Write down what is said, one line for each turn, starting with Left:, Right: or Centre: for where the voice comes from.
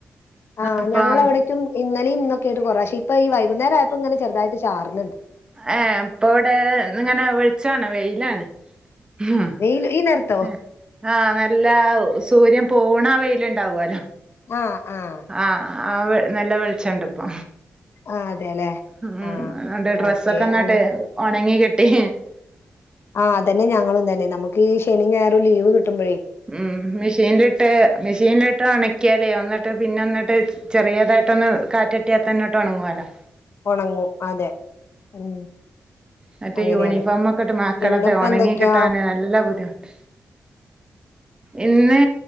Left: ആ
Right: അപ്പം
Left: ഞങ്ങള വ്ടയ്ക്കും ഇന്നലെയും ഇന്നൊക്കെയിട്ട് കുറേശ്യ ഇപ്പ ഈ വൈകുന്നേര ആയപ്പോ ഇങ്ങനെ ചെറുതായിട്ട് ചാർന്ന്ണ്ട്
Right: ഏ ഇപ്പ ഇവടെ ഇങ്ങനെ വെൾച്ചാണ് വെയിലാണ് ഹാ
Left: വെയ്ല് ഈ നേരത്ത്
Right: ആ ആ നല്ല ആ സൂര്യൻ പോണ ആ വെയ്ല്ണ്ടാവോല
Left: ആഹ് ആഹ്
Right: ആ അവ് നല്ല വെൾച്ചണ്ട് പ്പൊ
Left: ആഹ് അതെല്ലെ
Right: ഉം
Left: ആഹ്
Right: ന്നാണ്ട് ഡ്രസ്സൊക്കൊന്നാണ്ട്
Left: ഓക്കെ ആണ്
Right: ഒണങ്ങി കിട്ടി
Left: ആ അതന്നെ ഞങ്ങളും തന്നെ നമുക്ക് ഈ ശനിം ഞായറും ലീവ് കിട്ടുമ്പഴേ
Right: ഉം മ്ഷീൻല്ട്ട് മ്ഷീൻല് ഇ ട്ട് ഒൺക്കിയാലേ ഒന്നിട്ട് പിന്നെ ഒന്നിട്ട് ചെറിയതായിട്ടൊന്ന് കാറ്റട്ടിയാതന്നെ ട്ട് ഒണങ്ങോലോ
Left: ഒണങ്ങും അതെ ഉം
Right: മറ്റേ
Left: അങ്ങനെയാണ്
Right: യൂനിഫോമക്കെ ട്ട് മക്കളത്
Left: പിന്നെപ്പ
Right: ഒണങ്ങിക്കിട്ടാന്
Left: എന്തൊക്കെയാ
Right: നല്ല ബുദ്ധിമുട്ട ഇന്ന്